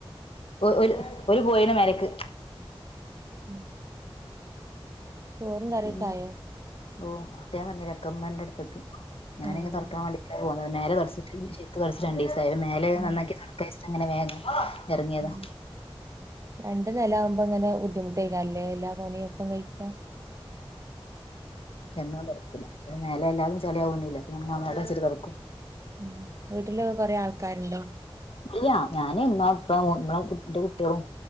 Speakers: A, on the left; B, on the right.
A: ഒരു ഒരു പോയിണ് മേലക്ക്
B: ഉം ചോറും കറിയൊക്കായ
A: പിന്നെ ഓ ഒക്ക ഞാൻ പറഞ്ഞില്ലേ ഒക്ക ഇമ്മയുണ്ട് അടുപ്പത്ത് ഞാനങ്ങ
B: ആഹ്
A: തുറക്കാൻ വേണ്ട പോന്നത് മേല തുടച്ചിട്ട് ശരിക്ക് തുടച്ചിട്ട് രണ്ടീസിയി ആ മേലെ
B: ഉം
A: നന്നാക്കി അങ്ങനെ വേഗം ഇറങ്ങിയതാ
B: ഉം രണ്ട് നില ആകുമ്പോ ഇങ്ങനെ ബുദ്ധിമുട്ടേകല്ലാ എല്ലാം പണിയും ഒപ്പം കഴിക്കാൻ
A: എല്ലാന്ന് തൊടക്കൂല മേലെഎല്ലാതും ചെളിയവുന്നില്ല അതൊണ്ട് മെലച്ചിരി തൊടക്കും
B: ഉം വീട്ടില് കൊറെ ആള്ക്കാരുണ്ടോ
A: ഇല്ല ഞാന് ഇമ്മ ഇപ്പ നമ്മളെ ഇന്റ കുട്ടി ആളും